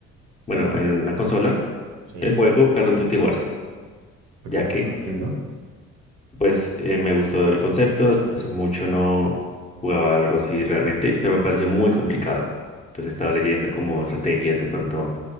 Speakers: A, on the left; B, on the right.
A: Bueno, en la consola,
B: sí,
A: el juego Call of Duty Wars,
B: perfecto,
A: ya que
B: ¿no? entiendo.
A: Pues eh, me gustó el concepto, hace hace mucho no jugaba algo así realmente, pero me pareció muy complicado. Entonces estaba leyendo como estrategias, de pronto